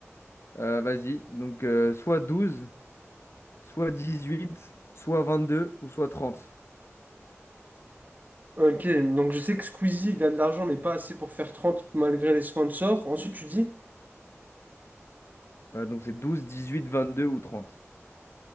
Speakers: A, on the left; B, on the right.
A: Euh, vas-y. Donc, euh, soit 12, soit 18, soit 22 ou soit 30.
B: Ok, donc je sais que Squeezie, il a de l'argent, mais pas assez pour faire 30 malgré les sponsors. Ensuite, tu dis?
A: Euh, donc, c'est 12, 18, 22 ou 30.